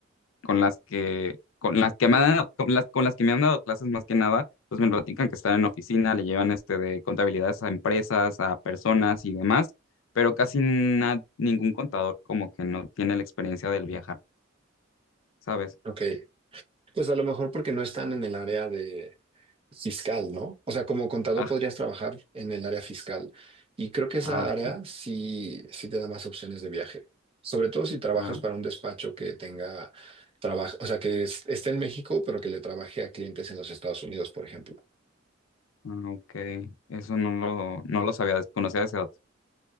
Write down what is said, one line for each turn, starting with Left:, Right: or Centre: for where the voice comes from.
Left: con las que, con las que me han dado, con las, con las que me han dado clases más que nada, pues me platican que están en oficina, le llevan este de contabilidades a empresas, a personas y demás, pero casi na- ningún contador como que no tiene la experiencia del viajar, ¿sabes?
Right: Ok, pues a lo mejor porque no están en el área de, fiscal, ¿no? O sea, como contador
Left: Ah,
Right: podrías trabajar en el área fiscal. Y creo que esa
Left: ah, ok,
Right: área sí, sí te da más opciones de viaje. Sobre todo si trabajas
Left: ah,
Right: para un despacho que tenga trabajo, o sea, que es- esté en México, pero que le trabaje a clientes en los Estados Unidos, por ejemplo.
Left: ah, ok, eso no lo, no lo sabía, desconocía ese dato.